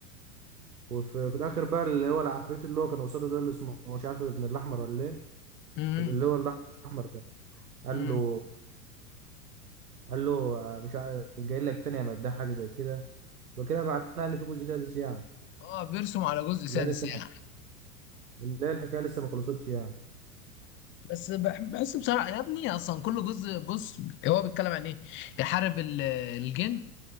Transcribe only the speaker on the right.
وفي في الاخر بقى اللي هو العفريت اللي هو كان قصاده ده اللي اسمه مش عارف ابن الاحمر ولا ايه
اللي هو الاحمر ده قال
له قال له آه، مش عارف جاي لك تاني يا مداح حاجه زي كده وكده معناه ان في جزء سادس يعني
لا لسه
الح... لا الحكايه لسه ما خلصتش يعني